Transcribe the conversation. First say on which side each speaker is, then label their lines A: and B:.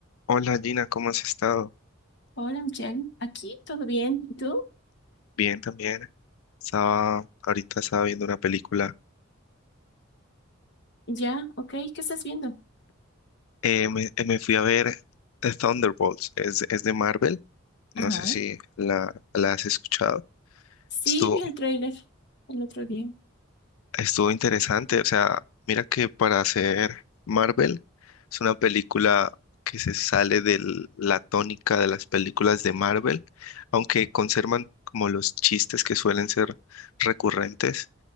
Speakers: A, on the left (about 80°); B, on the left (about 55°).
A: Hola Gina, ¿cómo has estado?
B: Hola, Michelle. Aquí, ¿todo bien? ¿Y tú?
A: Bien también. Estaba, ahorita estaba viendo una película.
B: Ya, ok. ¿Qué estás viendo?
A: Eh, me, eh, me fui a ver eh, Thunderbolts. Es, es de Marvel. No
B: Ajá.
A: sé si la, la has escuchado.
B: Sí,
A: Estuvo,
B: vi el tráiler el otro día.
A: estuvo interesante. O sea, mira que para hacer Marvel es una película que se sale de la tónica de las películas de Marvel, aunque conservan como los chistes que suelen ser recurrentes.